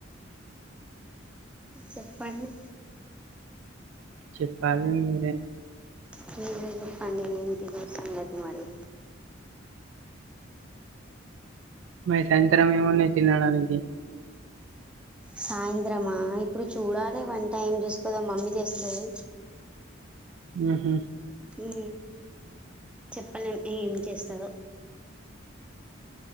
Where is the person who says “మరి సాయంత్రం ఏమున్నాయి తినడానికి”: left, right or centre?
Right